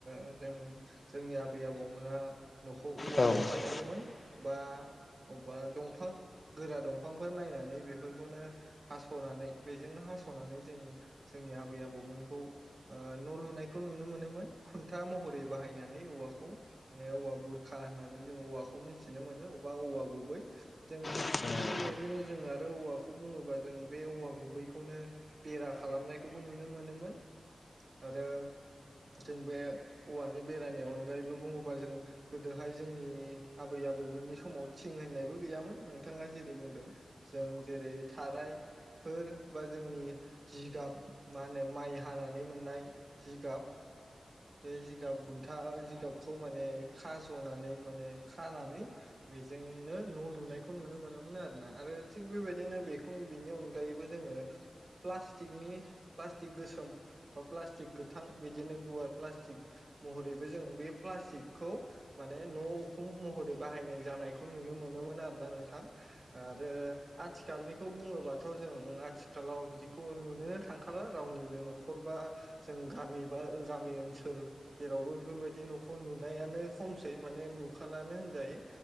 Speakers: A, on the right (about 50°); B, on the left (about 45°).
A: ओ जों जोंनि आबै आबौमोना न'खौ औवाजों
B: औ उम
A: बानायोमोन बा अबेबा दंफां गोरा दंफांफोर नायनानै बेफोरखौनो हास'नानै बेजोंनो हास'नानै जों जोंनि आबै आबौमोनखौ न' लुनायखौ नुनो मोनोमोन खुन्था महरै बाहायनानै औवाखौ माने औवा बुरखा होननानै जों औवाखौ मिथिनो मोनो बबा औवा गुबै जों
B: उम
A: थिग बेबायदिनो जोंङो आरो औवाखौ बुङोबा जों बे औवा गुबैखौनो बेरा खालामनायखौबो नुनो मोनोमोन आरो जों बे औवानि बेरानि अनगायैबो बुङोबा जों गोदोहाय जोंनि आबै आबौमोननि समाव थिं होननायबो गैयामोन नोंथां थाङा जेरै बुंदों जों जेरै थारायफोर बा जोंनि जिगाब मा होनो माइ हानानै मोननाय जिगाब बे जिगाब बुन्था जिगाबखौ माने खाज'नानै माने खानानै बेजोंनो न' लुनायखौ खौ नुनो मोनोमोन आरोना आरो थिग बेबायदिनो बेखौ बेनि अनगायैबो जोङो प्लाटिकनि प्लास्टिक गोसोम बा प्लास्टिक गोथां बिदिनो गुवार प्लास्टिक महरैबो जों बे प्लास्टिकखौ माने न' उखुम महरै बाहायनाय जानायखौ नुनो मोनोमोन आरोना नोङो आरो आथिखालनिखौ बुङोबाथ' जों आथिखालाव बिदिखौ नुनो थांखाला रावनिबो न'खर बा जों गामि बा गामि ओनसोल जेरावबो बेफोरबायदि न'खर नुनायानो खमसै माने नुखालानो होनजायो